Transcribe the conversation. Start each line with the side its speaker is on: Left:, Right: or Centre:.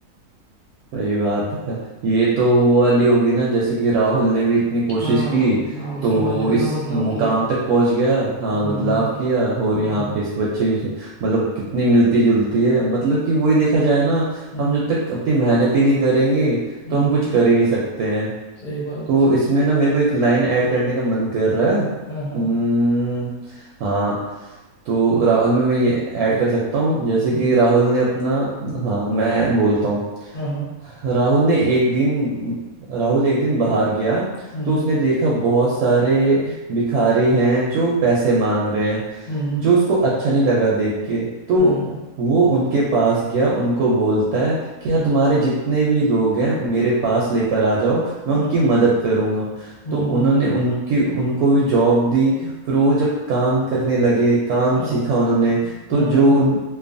Right: सही बात है ये तो वो वाली होगी ना जैसे कि राहुल ने भी इतनी कोशिश
Left: हाँ
Right: की
Left: हाँ उसके
Right: तो वो
Left: बाद इतना
Right: इस
Left: बदलाव
Right: मुकाम
Left: किया
Right: तक पहुंच गया हाँ
Left: हम्म
Right: बदलाव
Left: हम्म
Right: किया और यहाँ
Left: हम्म
Right: पे इस बच्चे की जो- मतलब कितनी मिलती जुलती है मतलब कि वही देखा जाए ना
Left: हम्म
Right: हम जब तक अपनी मेहनत ही नहीं करेंगे
Left: हम्म,
Right: तो हम
Left: हम्म,
Right: कुछ कर ही नहीं सकते हैं
Left: सही बात
Right: तो इसमें ना मेरे को एक लाइन ऐड करने का मन कर रहा है हम्म
Left: हाँ हाँ
Right: हाँ तो राहुल में मैं ये ऐड कर सकता हूँ जैसे
Left: हम्म
Right: कि राहुल ने अपना हाँ मैं बोलता हूँ
Left: हाँ हाँ
Right: राहुल ने एक दिन राहुल एक दिन बाहर गया
Left: हम्म
Right: तो उसने देखा बहुत सारे भिखारी हैं जो पैसे मांग रहे हैं
Left: हम्म हम्म,
Right: जो उसको अच्छा नहीं लगा देख के तो
Left: हाँ हाँ
Right: वो उनके पास गया उनको बोलता है कि हाँ
Left: हम्म
Right: तुम्हारे जितने भी लोग हैं मेरे पास लेकर आ जाओ मैं
Left: हाँ
Right: उनकी
Left: हाँ
Right: मदद करूंगा
Left: हम्म,
Right: तो उन्होंने उनकी उनको भी जॉब दी फिर वो जब काम करने लगे काम
Left: हाँ,
Right: सीखा उन्होंने तो
Left: हाँ,
Right: जो
Left: हाँ,
Right: उन